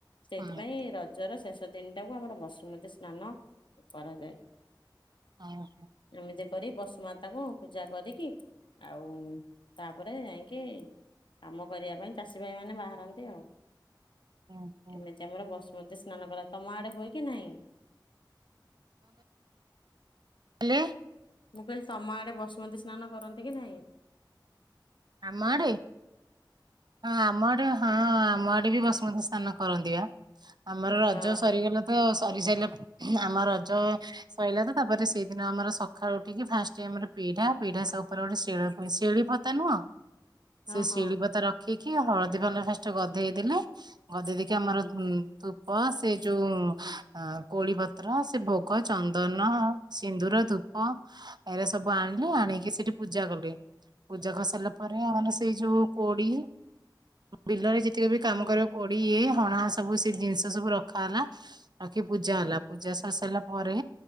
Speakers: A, on the left; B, on the right.
A: ସେଇଥିପାଇଁ
B: ହଁ
A: ରଜର ଶେଷ ଦିନଟାକୁ ଆମର ବସୁମତୀ ସ୍ନାନ କରାଯାଏ।
B: ଅ ହୋ।
A: ଏମିତି କରି ବସୁମାତାକୁ ପୂଜା କରିକି ଆଉ ତାପରେ ଯାଇଁକି କାମ କରିବା ପାଇଁ ଚାଷୀ ଭାଇ ମାନେ ବାହାରନ୍ତି ଆଉ।
B: ଓହୋ
A: ଏମିତି ଆମର ବସୁମତୀ ସ୍ନାନ କରାଯାଏ। ତମ ଆଡେ ହୁଏ କି ନାହିଁ?
B: ହେଲେ
A: ମୁଁ କହିଲି ତମ ଆଡେ ବସୁମତୀ ସ୍ନାନ କରନ୍ତି କି ନାହିଁ?
B: ଆମ ଆଡେ ହଁ ଆମ ଆଡେ ହଁ। ହଁ ଆମ ଆଡେ ବି ବସୁମତୀ ସ୍ନାନ କରନ୍ତି ବା। ଆମର ରଜ
A: ଓହୋ
B: ସରିଗଲା ତ ସରି ସାରିଲା ଆମ ରଜ ସଇଲା ତ ତାପରେ ସେଇଦିନ ଆମର ସଖାଳୁ ଉଠିକି ଫାଷ୍ଟ ଆମର ପିଢା ପିଢାସ ଉପରେ ଗୋଟେ ଶିଳ ପୁଣି ଶିଳି ପୋତା ନୁହଁ
A: ହଁ
B: ସେ
A: ହଁ।
B: ଶିଳି ପୋତା ରଖି କି ହଳଦୀ କନା ଫାଷ୍ଟ ଗଦେଇ ଦେଲେ ଗଦେଇ ଦେଇକି ଆମର ଧୂପ ସେ ଯୋଉ କୋଳି ପତ୍ର ସେ ଭୋଗ, ଚନ୍ଦନ, ସିନ୍ଦୁର, ଧୂପ ଏଇରା ସବୁ ଆଣିଲି ଆଣିକି ସେଠି ପୂଜା କଲି। ପୂଜା କରିସାଇଲା ପରେ
A: ହୁଁ
B: ଆମର ସେଇ ଯୋଉ ପୋଡ଼ି ବିଲରେ ଯେତିକ ବି କାମ
A: ହୁଁ
B: କରିବ କୋଡ଼ି ଇଏ ହଣା ସବୁ ସେ ଜିନିଷ ସବୁ ରଖା ହେଲା ରଖି ପୂଜା ହେଲା। ପୂଜା ସରି ସାଇଲା ପରେ